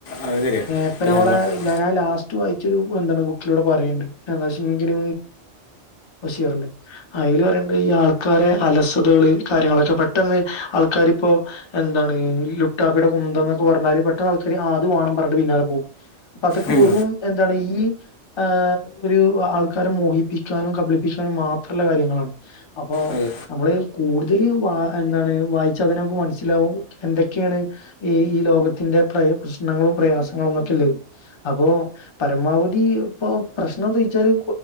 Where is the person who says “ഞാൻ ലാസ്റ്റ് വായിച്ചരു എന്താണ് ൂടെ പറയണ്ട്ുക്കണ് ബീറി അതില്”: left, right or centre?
Left